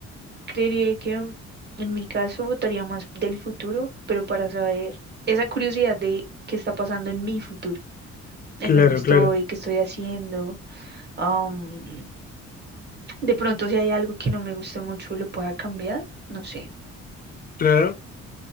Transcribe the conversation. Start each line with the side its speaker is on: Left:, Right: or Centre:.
Right: Creería que mm, en mi caso votaría más del futuro, pero para saber esa curiosidad de qué está pasando en mi futuro, en
Left: Claro,
Right: dónde estoy,
Left: claro,
Right: qué estoy haciendo. am, de pronto si hay algo que no me guste mucho, lo pueda cambiar. No sé.
Left: claro,